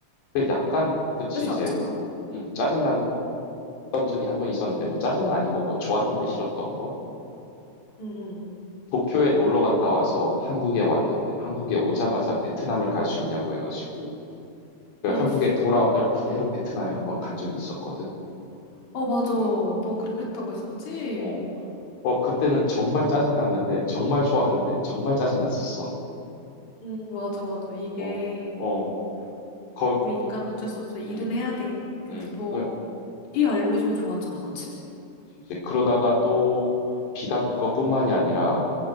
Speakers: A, on the left; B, on the left.
A: 그 약간 그치
B: 어쩔 수
A: 이제
B: 없지 뭐.
A: 음 짜증났던 적이 한 번 있었는데 뭐 짜증은 아니고 뭐 좋았는데 싫었던 거.
B: 응응.
A: 도쿄에 놀러 갔다 와서 한국에 왔는데 한국에 오자마자 베트남을 갈 수 있냐고 해 가지고 그
B: 응.
A: 한국에
B: 응.
A: 돌아온 날 그대로 베트남에 한번 간 적이 있었거든.
B: 어, 맞아.
A: 어.
B: 너
A: 어.
B: 그랬다고 했었지?
A: 어. 어 그때는 정말 짜증났는데 정말 좋았는데 정말 짜증났었어.
B: 응, 맞아, 맞아. 이게
A: 어. 어. 거
B: 우리 인간은 어쩔 수 없어. 일은
A: 음.
B: 해야 돼. 근데
A: 음.
B: 또
A: 그
B: 일 알려주면 좋았잖아, 그치?
A: 이제 그러다가 또 비단 그것뿐만이 아니라